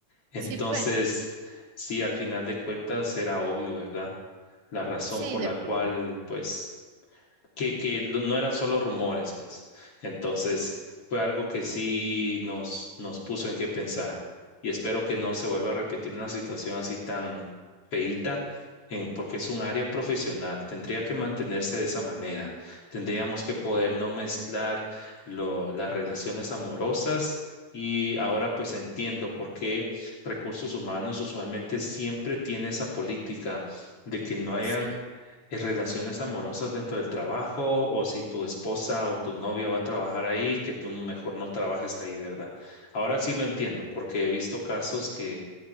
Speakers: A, on the left (about 40°); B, on the right (about 75°).
A: Entonces,
B: Sí, pues,
A: sí, al final de cuentas era obvio, ¿verdad? La razón
B: sí,
A: por
B: de
A: la
B: plano,
A: cual, pues que, que lo- no eran solo rumores, pues. Entonces, fue algo que sí nos, nos puso en qué pensar. Y espero que no se vuelva a repetir una situación así tan feíta, en, porque es un área profesional. Tendría que mantenerse de esa manera. Tendríamos que poder no mezclar lo- las relaciones amorosas. Y ahora pues entiendo por qué recursos humanos usualmente siempre tiene esa política de que no hayan
B: sí.
A: eh, relaciones amorosas dentro del trabajo o si tu esposa o tu novia va a trabajar ahí, que tú mejor no trabajes ahí, ¿verdad? Ahora sí lo entiendo, porque he visto casos que,